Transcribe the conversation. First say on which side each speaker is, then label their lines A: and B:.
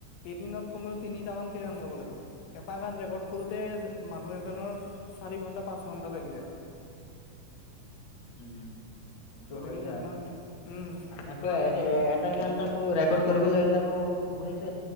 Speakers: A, on the left; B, on the left.
A: এদিনত কমেও তিনিটা মানকৈ গান গাব লাগিব। এটা গান ৰেকৰ্ড কৰোতে মানুহ এজনৰ চাৰি ঘন্টা পাঁচ ঘন্টা লাগি যায়।
B: <unintelligible> উম, এইটো
A: গতিকে
B: হৈ যায়
A: ইমান উম
B: আকৌ
A: আৰু
B: এ এটা গান টো ৰেকৰ্ড কৰিবলৈ হলে তাকো শুনিছো,